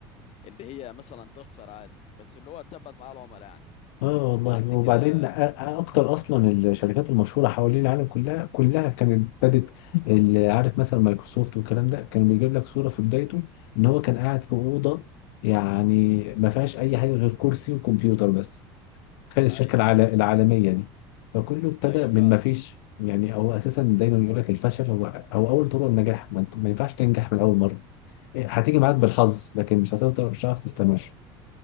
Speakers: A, on the left; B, on the left.
A: اللي هي مثلا تخسر عادي بس اللي هو تثبت مع العملاء يعني
B: اه
A: وبعد
B: والله وبعدين
A: كده
B: أ- اكتر اصلا الشركات المشهوره حوالين العالم كلها كلها كانت ابتدت اللي عارف مثلا مايكروسوفت والكلام ده كان بيجيب لك صوره في بدايته ان هو كان قاعد في اوضه يعني ما فيهاش اي حاجه غير كرسي وكمبيوتر بس تخيل الشركة
A: ايوه
B: العال- العالمية دي فكله ابتدى
A: ايوه
B: من
A: فعلا
B: ما فيش يعني هو أساسا دايما يقول لك الفشل هو هو أول طرق النجاح ما, انت- ما ينفعش تنجح من أول مرة إيه، هتيجي
A: مظبوط
B: معاك بالحظ لكن مش هتقدر مش هتعرف تستمر